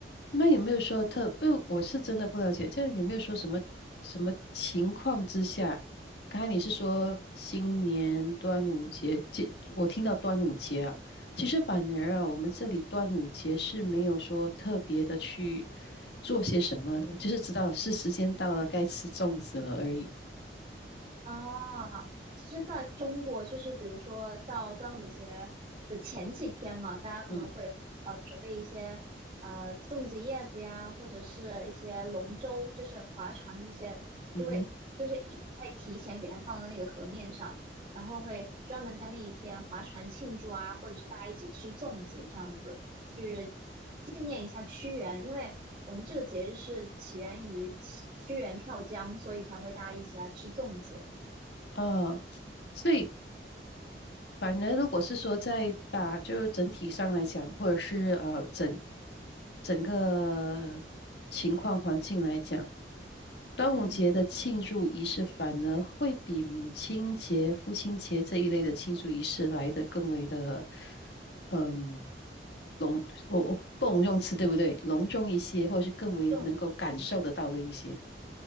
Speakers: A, on the left; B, on the right.
A: 那有没有说特？因为我是真的不了解，这样有没有说什么什么情况之下？刚才你是说新年端午节，这我听到端午节啊，其实反而啊，我们这里端午节是没有说特别的去做些什么的，就是知道是时间到了，该吃粽子了而已。
B: 啊，是在中国，就是比如说到端午节的前几天嘛，大家可能会呃准备一些呃粽子叶子呀，
A: 嗯
B: 或者是一些龙舟，就是划船的那些，
A: 嗯哼，
B: 就会就是就会提前给它放到那个河面上，然后会专门在那一天划船庆祝啊，或者是大家一起吃粽子这样子去纪念一下屈原，因为我们这个节日是起源于屈屈原跳江，所以才会大家一起来吃粽子。
A: 啊，所以反而，如果是说在打，就整体上来讲，或者是呃整整个情况环境来讲，端午节的庆祝仪式反而会比母亲节、
B: 嗯，
A: 父亲节这一类的庆祝仪式来得更为的，嗯，隆，我我不能用词对不对？隆重一些，或者是更为能够感受得到的一些。
B: 这